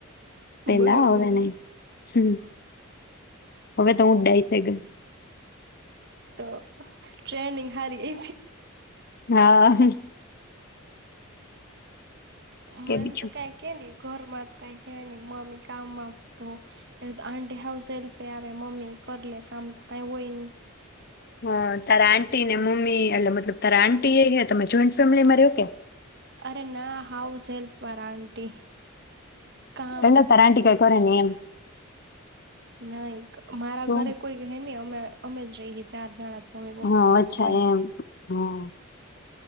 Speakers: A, on the left (about 45°); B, on the right (about 50°).
A: પેલા
B: બરોબર
A: હવે
B: હે
A: નહી. હમ્મ હવે તો હું ડાઈ થઈ ગય.
B: તો ટ્રેનિંગ હારી એ
A: હા.
B: મને
A: કે બીજું
B: તો કઈ કે ને ઘરમાં ત કાંઈ કેહવાય નઈ, મમ્મી ત કામમાં તો એ તો આંટી હાઉસ હેલ્પે આવે, મમ્મી કર લે કામ તો કાંઈ એવુ હોય નઈ
A: હા તારા આંટીને મમ્મી એટલે મતલબ તારા આંટી એ અઈયા તમે જોઈન્ટ ફેમિલીમાં રહ્યો કે?
B: અરે ના હાઉસ હેલ્પ વાળા આંટી કામ
A: એને તાર આન્ટી કાંઈ કરે નઈ એમ
B: નઈ ક મારા
A: તો
B: ઘરે કોઈક હેની અમે અમે જ રઈયે ચાર જણા જ, મમ્મી પપ્પા
A: હા
B: ને હું
A: અચ્છા
B: ન ભાઈ,
A: એમ હા